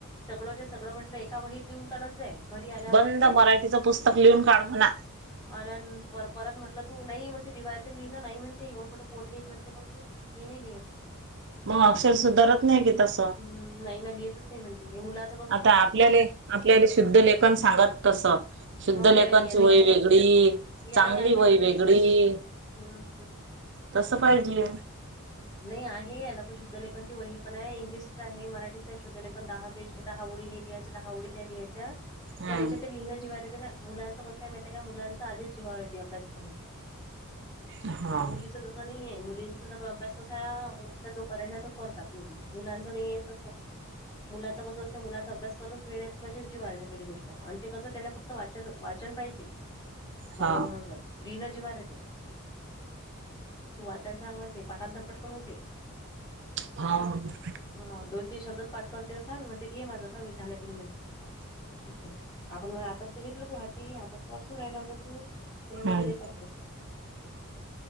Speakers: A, on the left (about 20°); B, on the right (about 55°).
A: सगळं सगळंच्या म्हटलं एका वहीत लिहून काढत जाय. घरी आल्यावर
B: बंद
A: ते.
B: मराठीचं पुस्तक लिहून काढ म्हणा.
A: अनन परत म्हटलं तू नाही मग ते जीवा्हाया <unintelligible> लिहिना नाही म्हणते येवढं मोठं कोण लिहित म्हणते मग ती. मी नाही लिहत.
B: मग अक्षर सुधारत नाही की तसं.
A: ह नाही ना लिहतच नाही म्हणते मुला
B: आता आपल्याले- आपल्याले शुद्ध लेखन सांगत तस. शुद्ध
A: मग
B: लेखनची
A: याला यालाही
B: वही
A: आहे ना
B: वेगडी
A: यालाही
B: चांगली
A: आहे ना
B: वही
A: शुद्धलेखनची
B: वेगडी.
A: वही हम्म हम्म.
B: तसं पाहिजीये.
A: नाही आहे, याना पण शुद्ध लेखनची वही पण आहे, इंग्लिशच आहे, मराठीच आहे, शुद्ध लेखन दहा पेज, दहा ओळी लिहायचे दहा ओडी त्या लिहायच्या,
B: हम्म.
A: पण याच्या ते लिहिन जीवावर येते ना, मुलांचं कस हाय माहिती हाय काय मुलांच आधीच जीवावर येत अभ्यास करून
B: हा
A: मुलीच तस नाही हाय मुलींचा अभ्यास कसा आहे मुलींचा जो करायचा आहे तो करतात मुली, मुलांच नाहीयेन तस. मुलाचं कसं असते मुलाचा अभ्यास करूनच वेळेत म्हणजे जीव्हाऱ्याच्या पलिकडली गोष्ट आणि ते कस त्याला फ क्त वाचन -वाचन पाहिजे बरोबर
B: हा
A: बरोबर <unintelligible> लिहिणं जीवावर येते. तू वाचायला सांग म्हनते पाठांतर पटकन होते.
B: हा. <inaudible>
A: हा दोन, तीन शब्दच पाठ करतोय असा, मग ते घे माझं पहा मी झालं की नाही म्हणते. <unintelligible> आपण आताच घेतलं तू हाती आताच. वाचून राहिलाग तू नेहमी
B: हा
A: तरी करतोय.